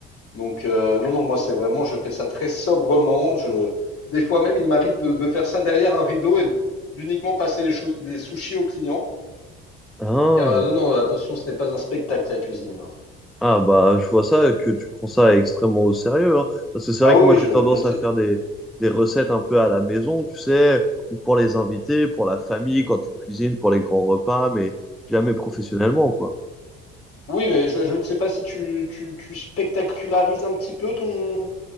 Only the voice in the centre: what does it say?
Ah,
ah bah je vois ça que tu prends ça extrêmement au sérieux, hein. Parce que c'est
vrai
que moi
j'ai tendance
à
faire des, des recettes un peu à la maison, tu sais, ou pour les invités, pour la famille, quand tu cuisines, pour les grands repas, mais jamais professionnellement, quoi.